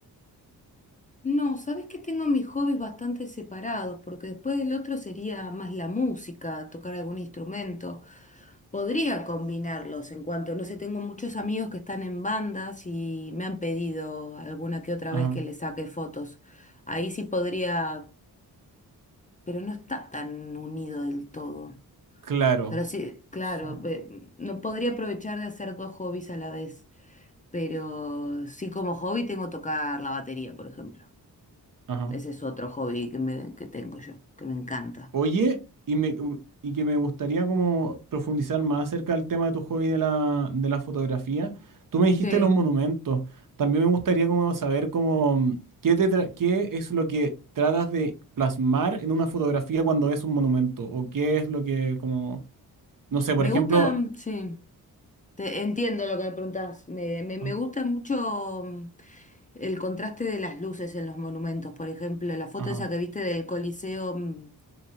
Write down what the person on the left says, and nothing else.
No, sabes que tengo mis hobbies bastante separados, porque después del otro sería más la música, tocar algún instrumento. Podría combinarlos en cuanto, no sé, tengo muchos amigos que están en bandas y me han pedido alguna que otra
vez que les saque fotos. Ahí sí podría, pero no está tan unido del todo.
Pero sí, claro,
ve- no podría aprovechar de hacer dos hobbies a la vez, pero sí como hobby tengo tocar la batería, por ejemplo.
Ese es otro hobby que me, que tengo yo, que me encanta.
Sí,
me
gusta, mm, sí, te- entiendo lo que me preguntás. Me, me, me
gusta mucho mm, el contraste de las luces en los monumentos, por ejemplo, la foto
esa que viste del Coliseo, mm,